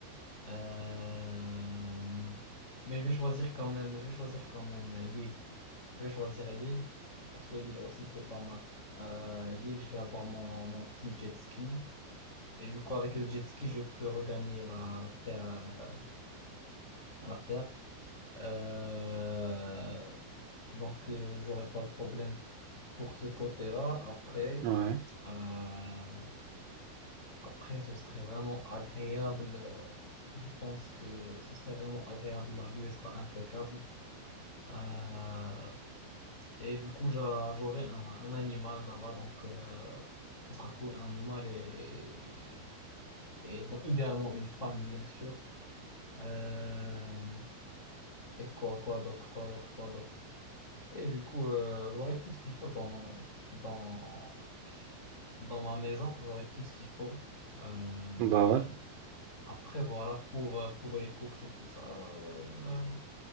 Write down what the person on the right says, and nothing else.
Ouais,
bah ouais.